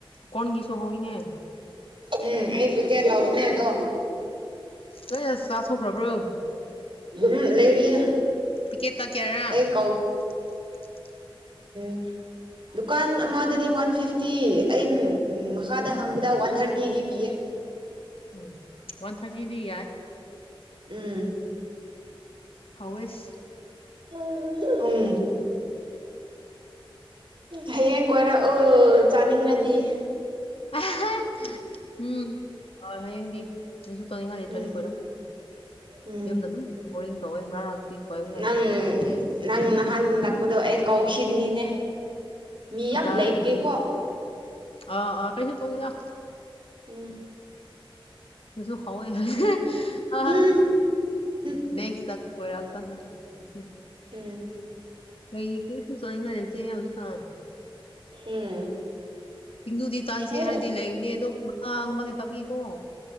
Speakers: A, on the left; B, on the right.
A: ꯀꯣꯟꯒꯤꯁꯨ ꯍꯥꯎꯏꯅꯦ
B: ꯎꯝ ꯑꯩ ꯄꯤꯀꯦꯠ ꯇꯥꯎꯕꯅꯦ ꯑꯗꯣ
A: ꯂꯣꯏꯅ ꯆꯥꯊꯣꯛꯈ꯭ꯔꯕ꯭ꯔꯣ?
B: ꯎꯝ ꯂꯩꯔꯤꯌꯦ
A: ꯄꯤꯀꯦꯠꯇ ꯀꯌꯥꯔꯥ?
B: ꯑꯩ ꯀꯥꯎ
A: <unintelligible>
B: <unintelligible> ꯗꯨꯀꯥꯟ ꯑꯃꯗꯗꯤ ꯋꯥꯟ ꯐꯤꯐꯇꯤ ꯑꯩ ꯃꯈꯥꯗ ꯍꯪꯕꯗ ꯋꯥꯟ ꯊꯥꯔꯇꯤꯒꯤ ꯄꯤꯌꯦ꯫
A: ꯎꯝ ꯋꯥꯟ ꯊꯔꯇꯤꯗꯤ ꯌꯥꯏ꯫
B: ꯎꯝ
A: ꯍꯧꯋꯦꯁ
B: <unintelligible> ꯎꯝ ꯍꯌꯦꯡ ꯀꯣꯏꯔꯛꯑꯣ ꯆꯥꯅꯤꯡꯉꯗꯤ
A: ꯑꯍꯥ ꯎꯝ ꯍꯣꯏ ꯍꯌꯦꯡꯗꯤ ꯀꯩꯁꯨ ꯇꯧꯅꯤꯡꯉꯥꯏ ꯂꯩꯇ꯭ꯔꯗꯤ
B: ꯎꯝ
A: ꯀꯣꯏꯔꯛꯒꯦ꯫
B: ꯎꯝ
A: ꯌꯨꯝꯗ ꯑꯗꯨꯝ ꯕꯣꯔꯤꯡ ꯇꯧꯋꯦ <unintelligible>
B: ꯅꯪ
A: ꯅꯨꯡꯉꯥꯏꯌꯦ
B: ꯅꯪ ꯅꯍꯥꯟ ꯂꯥꯛꯄꯗꯣ ꯑꯩ ꯀꯥꯎꯈꯤꯕꯅꯤꯅꯦ꯫ ꯃꯤ
A: ꯀꯗꯥꯏ
B: ꯌꯥꯝ ꯂꯩꯕꯒꯤꯀꯣ
A: ꯀ꯭ꯔꯤ ꯑꯥ ꯑꯥ ꯀꯩꯁꯨ ꯇꯧꯗꯦꯗ꯫
B: ꯎꯝ
A: ꯁꯨ ꯍꯥꯎꯋꯦ
B: ꯎꯝ
A: ꯑ
B: ꯎꯝ ꯎꯝ
A: ꯅꯦꯛꯁꯇ ꯑꯣꯏꯔꯀꯥꯟꯗ ꯑꯁꯤ
B: ꯎꯝ
A: <unintelligible> ꯂꯩꯇꯦ ꯍꯧꯖꯤꯛꯀꯥꯟ
B: ꯎꯝ
A: ꯏꯟꯗꯨꯗꯤ ꯆꯪꯁꯦ
B: ꯍꯣ
A: ꯍꯥꯏꯔꯗꯤ ꯂꯩꯒꯅꯤ ꯑꯗꯣ <unintelligible> ꯂꯩꯇꯕꯒꯤꯀꯣ